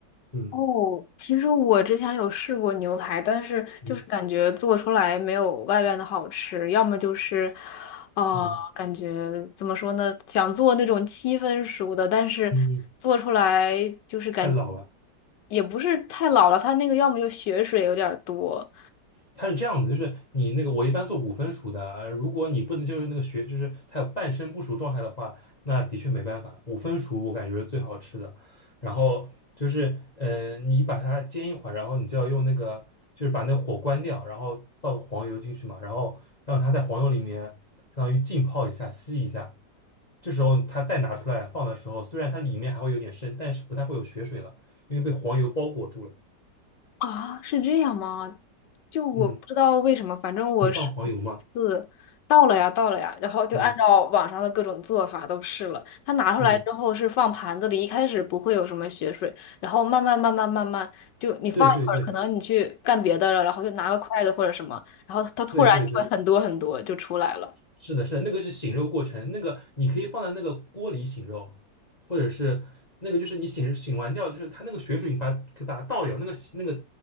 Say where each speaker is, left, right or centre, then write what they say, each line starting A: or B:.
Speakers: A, on the left (about 25°); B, on the left (about 75°).
A: 嗯
B: 哦，其实我之前有试过牛排，但是就是感觉做出来没有外边的好吃，
A: 嗯
B: 要么就是，呃，
A: 嗯
B: 感觉怎么说呢，想做那种七分熟的，但是做出来就是感
A: 嗯，嗯，太老了。
B: 也不是太老了，它那个要么就血水有点儿多，
A: 它是这样子，就是你那个我一般做五分熟的，呃如果你不能就是那个血，就是它有半生不熟状态的话，那的确没办法。五分熟我感觉是最好吃的。然后就是，呃，你把它煎一会儿，然后你就要用那个，就是把那火关掉，然后倒个黄油进去嘛，然后让它在黄油里面相当于浸泡一下、吸一下。这时候它再拿出来放的时候，虽然它里面还会有点生，但是不太会有血水了，因为被黄油包裹住了。
B: 啊，是这样吗？就我不知道为什么，
A: 嗯，
B: 反正我是一次到了呀，
A: 你放黄油吗？
B: 到了呀，然后就按照网上的各种做法都试了。
A: 嗯
B: 它拿出来之后是放盘子里，
A: 嗯，
B: 一开始不会有什么血水，然后慢慢慢慢慢慢，就你放一会儿，
A: 对对，对
B: 可能你去干别的了，然后就拿个筷子或者什么，然后它突然就会很多很多就出来了。
A: 对对对对，是的，是的，那个是醒肉过程，那个你可以放在那个锅里醒肉，或者是那个就是你醒醒完掉，就是它那个血水，你把可以把它倒掉，那个那个